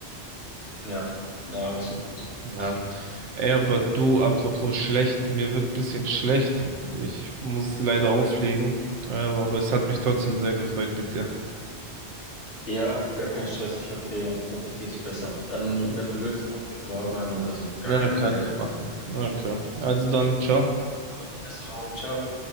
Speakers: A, on the left (about 80°); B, on the right (about 80°).
A: Ja, ja, absolut.
B: Ja.
A: Absolut.
B: Ey, aber du, apropos schlecht, mir wird ein bisschen schlecht. Ich muss leider
A: Ja,
B: auflegen. Ähm, aber es hat mich trotzdem sehr gefreut mit dir.
A: Ja, gar kein Stress. Ich hoffe dir, ich hoffe dir geht's besser. Dann, wenn du willst, ruf mich morgen an oder so.
B: Na,
A: Gar kein
B: kann
A: Problem.
B: ich machen. Okay. Also dann, ciao.
A: Gute Besserung. Ciao.